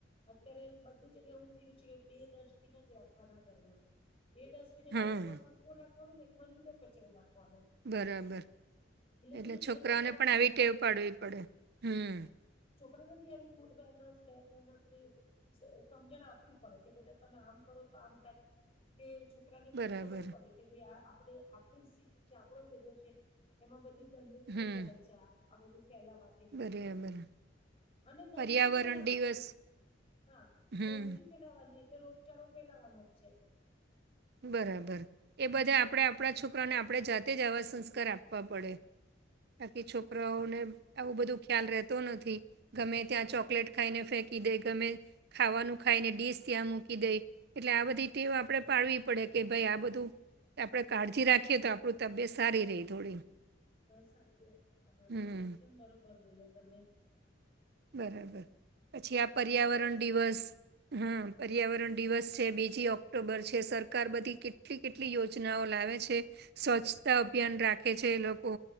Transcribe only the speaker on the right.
હમ.
બરાબર એટલે
છોકરાઓને
પણ
આવી ટેવ પાડવી પડે હમ.
બરાબર.
હમ.
બરાબર
પર્યાવરણ
દિવસ
હમ.
બરાબર એ બધે આપણે આપણા છોકરાને આપણે જાતે જ આવા સંસ્કાર આપવા પડે. બાકી છોકરાઓને આવું બધું ખ્યાલ રહેતો નથી. ગમે ત્યાં ચોકલેટ ખાઈને ફેંકી દે ગમે. ખાવાનું ખાયને ડીશ ત્યાં મૂકી દઈ એટલે આ બધી ટેવ આપડે પાડવી. પડે કે ભ આ બધું આપણે કાળજી રાખીએ તો આપણું તબિયત સારી રહી થોડી.
હમ
બરાબર પછી આ પર્યાવરણ
દિવસ હા પ. પર્યાવરણ દિવસ છે બીજી ઓક્ટોબર છે સરકાર બધી કેટલી કેટલી યોજનાઓ લાવે છે. સ્વચ્છતા અભિયાન રાખે છે એ લોકો.